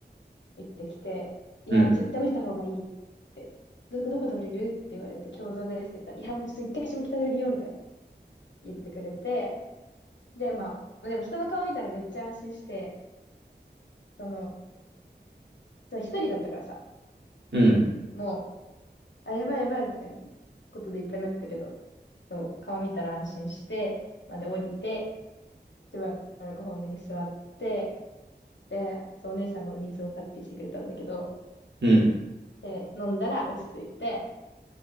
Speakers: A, on the left; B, on the right.
A: 言ってきて、いや、
B: うん。
A: 絶対降りた方がいいって、どこ、どこで降りるって言われて、共同ですって言ったら、いや、もうちょっと一回下北で降りよう、みたいな、言ってくれて、で、まあ、でも人の顔見たらめっちゃ安心して、その、その一人だったからさ、
B: うん。
A: もう、あ、やばいやばい、みたいなことでいっぱいになってたけど、そう、顔見たら安心して、まあで降りて、しばらくホームに座って、で、そう、お姉さんがお水を買ってきてくれたんだけど、
B: うん
A: で、飲んだら落ち着いて、